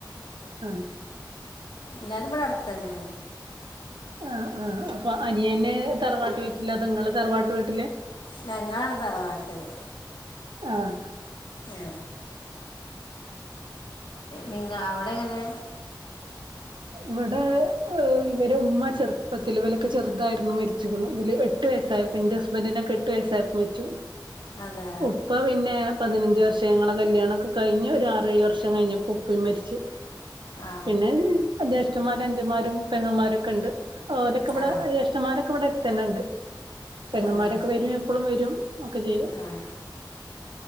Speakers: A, on the right; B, on the left.
A: ആ
B: എല്ലാരും ഇപടെ അട്ത്ത്ന്നെണ്
A: ആ ആ അപ്പൊ അനിയെന് തറവാട്ട് വീട്ടില അതൊ ങ്ങള് തറവാട്ട് വീ
B: ഞങ്ങളാണ് തറവാട്ടില്
A: ആഹ്
B: ആ നിങ്ങ അവിടെ എങ്ങനെ
A: ഇവിടെ ഇവരെ ഉമ്മ ചെറുപ്പത്തിൽ വിലൊക്കെ ചെറുതായിരുന്നു മരിച്ചു എട്ട് വയസ്സായപ്പോ ന്റെ ഹസ്ബന്റിന് ഒക്കെ എട്ട് വയസായപ്പോ മര്ച്ചു
B: അതെ
A: ഉപ്പ പിന്നെ പതിനഞ്ച് വർ ഷയങ്ങളെ കല്യാണ ഒക്കെ കഴിഞ്ഞ ഒരു ആറേഴ് വർഷം കഴിഞ്ഞപ്പോ ഉപ്പയിം മരിച്ച്
B: ആ
A: പിന്നെത് മാരും അഞ്ചന്മാരും പെങ്ങന്മാരൊക്കെ ഇണ്ട് ഓരൊക്കെ ഇവടെ
B: ആ
A: ജേഷ്മാരൊക്കെവിടെ ത്തെന്നെണ്ട് പെങ്ങന്മാരൊക്കെ
B: അതെ
A: വരും എപ്പളും വരും ഒക്കെ ചെയ്യും
B: ഉം.